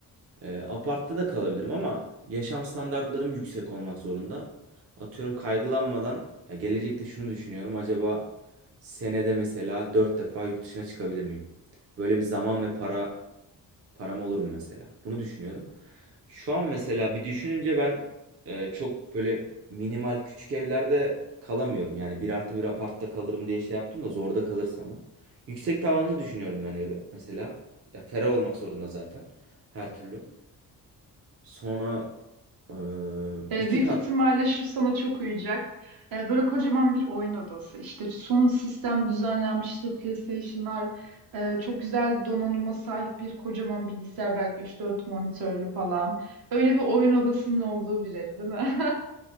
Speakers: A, on the right; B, on the right.
A: E, apartta da kalabilirim ama yaşam standartlarım yüksek olmak zorunda. Atıyorum kaygılanmadan ya gelecekte şunu düşünüyorum. Acaba senede mesela dört defa yurt dışına çıkabilir miyim? Böyle bir zaman ve para param olur mu mesela? Bunu düşünüyorum. Şu an mesela bir düşününce ben e, çok böyle minimal küçük evlerde kalamıyorum. Yani bir artı bir apartta kalırım diye şey yaptım da zorda kalırsam o. Yüksek tavanlı düşünüyorum ben evi mesela. Ya ferah olmak zorunda zaten her türlü. Sonra eee,
B: E,
A: iki
B: büyük
A: kat.
B: ihtimalle şu sana çok uyacak. E, böyle kocaman bir oyun odası. İşte son sistem düzenlenmiş işte PlayStation'lar e, çok güzel donanıma sahip bir kocaman bilgisayar belki 3-4 monitörlü falan. Öyle bir oyun odasının olduğu bir ev değil mi?